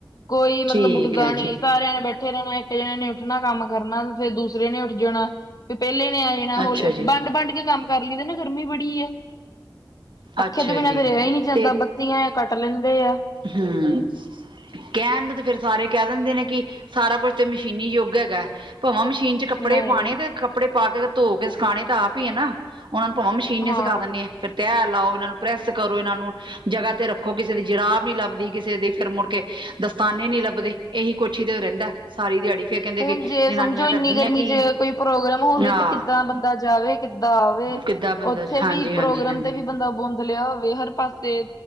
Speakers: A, on the left (about 50°); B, on the right (about 80°).
A: ਕੋਈ ਮਤਲਬ
B: ਠੀਕ
A: ਉੱਠਦਾ
B: ਹੈ
A: ਨੀ,
B: ਜੀ
A: ਸਾਰੇ ਐਵੇ ਬੈਠੇ ਉੱਠੇ ਰੈਣਾ, ਇੱਕ ਜਣੇ ਨੇ ਉੱਠਣਾ ਕੰਮ ਕਰਨਾ, ਫੇਰ ਦੂਸਰੇ ਨੇ ਉੱਠ ਜਾਣਾ ਫਿ ਪੈਲੇ ਨੇ ਆ ਜਾਣਾ ਹੋਲੀ
B: ਅੱਛਾ
A: ਅ
B: ਜੀ
A: ਵੰਡ-ਵੰਡ ਕੇ ਕੰਮ ਕਰ ਲਈਦੈ ਨਾ, ਗਰਮੀ ਬੜੀ ਐ। ਪੱਖੇ
B: ਅੱਛਾ
A: ਤੋਂ ਬਿਨਾਂ
B: ਜੀ
A: ਤਾਂ ਰਿਹਾ ਹੀ ਨੀ ਜਾਂਦਾ,
B: ਤੇ
A: ਬੱਤੀਆਂ ਐ ਕੱਟ ਲੈਂਦੇ ਆ।
B: ਹੂੰ। ਕੈਣ ਨੂੰ ਤੇ ਫਿਰ ਸਾਰੇ ਕੈ ਦਿੰਦੇ ਨੇ ਕਿ, ਸਾਰਾ ਕੁਛ ਤੇ ਮਸ਼ੀਨੀ ਯੂਗ ਹੈਗੈ। ਭਵਾਂ ਮਸ਼ੀਨ 'ਚ ਕੱਪੜੇ
A: ਨਹੀਂ
B: ਪਾਣੇ ਤੇ ਕੱਪੜੇ ਪਾ ਕੇ, ਧੋ ਕੇ ਸਿਖਾਣੇ ਤਾਂ ਆਪ ਈ ਐ ਨਾ। ਉਨਾਂ ਨੂੰ ਭੋਂ ਮਸ਼ੀਨ ਨੇ
A: ਹਾਂ
B: ਸਿਖਾਂ ਦਿੰਣੇ ਆਂ, ਫੈਰ। ਤੈਅ ਲਾਓ, ਇਹਨਾਂ ਨੂੰ ਪ੍ਰੈੱਸ ਕਰੋ, ਇਹਨਾਂ ਨੂੰ ਜਗ੍ਹਾ ਤੇ ਰੱਖੋ, ਕਿਸੇ ਦੀ ਜਰਾਬ ਨੀ ਲੱਭਦੀ ਕਿਸੇ ਦੀ, ਫਿਰ ਮੁੜ ਕੇ ਦਸਤਾਨੇ ਨੀ ਲੱਭਦੇ, ਏਹੀ ਕੁਛ ਹੀ ਤੇ ਰੈੰਦੈ ਸਾਰੀ ਦਿਹਾੜੀ। ਫੇਰ ਕਹਿੰਦੇ
A: ਹੁਣ
B: ਕਿ
A: ਜੇ
B: ਜਨਾਨੀਆਂ
A: ਸਮਝੋ
B: ਕਰਦੀਆਂ
A: ਇੰਨੀ ਗਰਮੀ
B: ਕੀ
A: 'ਚ ਕੋਈ ਪ੍ਰੋਗਰਾਮ ਹੋਵੇ,
B: ਆ
A: ਤੇ ਕਿੱਦਾਂ ਬੰਦਾ ਜਾਵੇ? ਕਿੱਦਾਂ ਆਵੇ?
B: ਕਿੱਦਾਂ ਬੰਦਾ
A: ਓਥੇ
B: ਹਾਂਜੀ
A: ਵੀ ਪ੍ਰੋਗਰਾਮ
B: ਹਾਂਜੀ ਹਾਂਜੀ
A: ਤੇ ਵੀ ਬੰਦਾ ਬੋੰਦ ਤਲਿਆ ਹੋਵੇ ਹਰ ਪਾਸੇ,